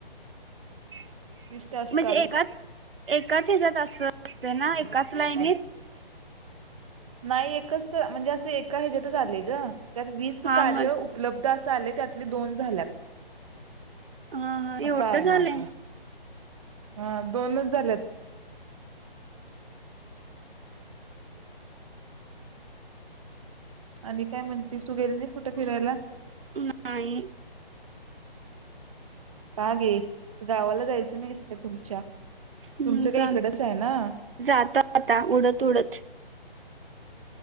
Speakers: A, on the right; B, on the right.
A: <inaudible>
B: वीस टास्क
A: म्हणजे
B: आल्यात
A: एकात एकाच हज्यात असं ते ना एकाच लाईनीत
B: नाही एकच तर म्हणजे असं एका ह्याजात आलंय ग त्यात वीस
A: हा
B: कार्य
A: मग
B: उपलब्ध अस चाले त्यातले दोन झाल्यात
A: हा हा
B: असं
A: एवढं
B: आहे
A: झालंय
B: माझं हा दोनच झालेत आणि काय म्हणतीस तू गेली नाइस कुठे फिरायला
A: नाही
B: का गे गावाला जायचं नाइस का तुमच्या
A: हम
B: तुमचं काय
A: जाण
B: इकडच आहे ना हम्म
A: जातो आता उडत उडत